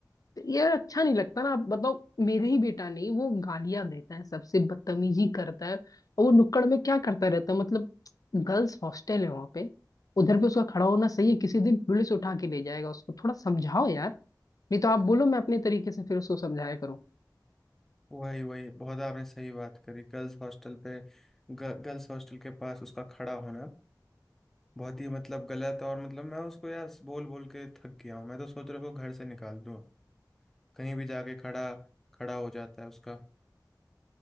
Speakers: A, on the left; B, in the centre.
A: ये अच्छा नहीं लगता ना आप बताओ मेरे ही बेटा नहीं वो गालियां देता है सबसे बदतमीजी करता है और वो नुक्कड़ में क्या करता रहता है मतलब गर्ल्स हॉस्टल है वहां पे उधर पे उसका खड़ा होना सही है किसी दिन पुलिस उठा के ले जाएगा उसको थोड़ा समझाओ यार नहीं तो आप बोलो मैं अपने तरीके से फिर उसको समझाया करूँ
B: वही वही बहुत आपने सही बात करी गर्ल्स हॉस्टल पे ग, गर्ल्स हॉस्टल के पास उसका खड़ा होना बहुत ही मतलब गलत और मतलब मैं उसको यार बोल बोल के थक गया हूँ मैं तो सोच रहा हूँ उसको घर से निकाल दूँ कहीं भी जाके खड़ा खड़ा हो जाता है उसका